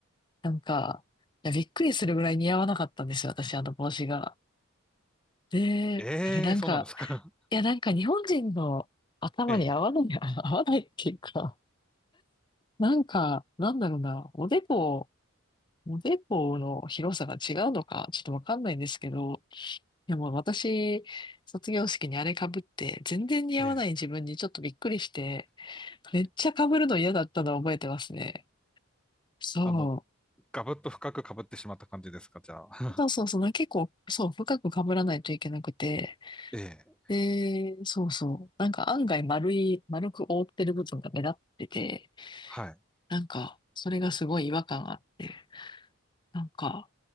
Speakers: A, on the left (about 20°); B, in the centre.
A: なんか、いや、びっくりするぐらい似合わなかったんですよ、私、あの帽子が。で、
B: ええそうなんですか。
A: あれなんか、いや、なんか日本人の頭に合わない、
B: <laughs> え
A: <laughs> 合わないっていうか、なんか、なんだろうな、おでこ、おでこの広さが違うのか、ちょっとわかんないんですけど、いやもう私、卒業式にあれ被って、全然似合わない自分にちょっとびっくりして、
B: えええ
A: めっちゃ被るの嫌だったのを覚えてますね。そ
B: あの、ガブッと深く被ってしまった感じですか、じゃあ。<laughs>
A: う。そうそうそう、な結構、そう、深く被らないといけなくて、
B: ええ
A: で、そうそう、なんか案外丸い、丸く覆ってる部分が目立ってて、
B: はい。
A: なんか、それがすごい違和感があって、なんか、